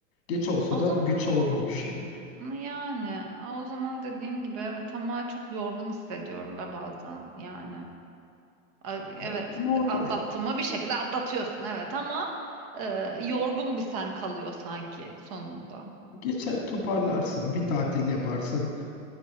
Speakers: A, on the left; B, on the right.
A: Geç olsa
B: O
A: da
B: zaman
A: güç olmamış gibi.
B: yani o zaman dediğin gibi evet ama çok yorgun hissediyorum be bazen yani. Ay, Evet,
A: O normal.
B: atlattın mı bir şekilde atlatıyorsun evet ama e, yorgun bir sen kalıyor sanki sonunda.
A: Geçer toparlarsın, bir tatil yaparsın,